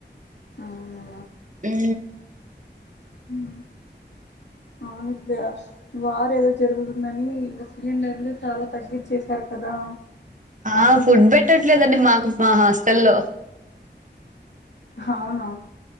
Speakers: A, on the left; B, on the right.
A: అవునా
B: ఉ
A: హ అవును ఇప్పుడే <unintelligible> వార్ ఏదో జరుగుతుందని ఇంగ సిలిండర్లు చాలా తగ్గిచ్చేసారు కదా
B: ఆ ఫుడ్ బెట్టట్లేదండి మాకు మా బా హాస్టల్లో
A: హవునా